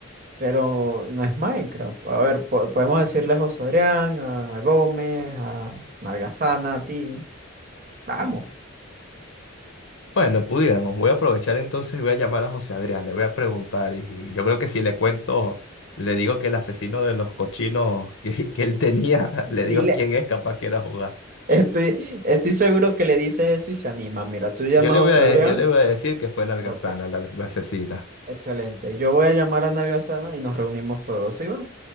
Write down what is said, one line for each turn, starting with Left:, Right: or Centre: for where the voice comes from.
Right: pero no es Minecraft. A ver, po- podemos decirle a José Adrián, a Gómez, a Nalgazana, a ti. Vamos,
Left: Bueno, pudiéramos. Voy a aprovechar entonces, voy a llamar a José Adrián, le voy a preguntar y yo creo que si le cuento, le digo que el asesino de los cochinos <laughs> que, que él tenía,
Right: dile.
Left: <laughs> le digo quién es, capaz quiera jugar.
Right: Estoy, estoy seguro que le dices eso y se anima. Mira, tú llamas
Left: Yo le
Right: a José
Left: voy a,
Right: Adrián.
Left: yo le voy a decir que fue Nalgazana,
Right: Ok,
Left: la la asesina.
Right: excelente. Yo voy a llamar a Nalgazana y nos reunimos todos, ¿sí va?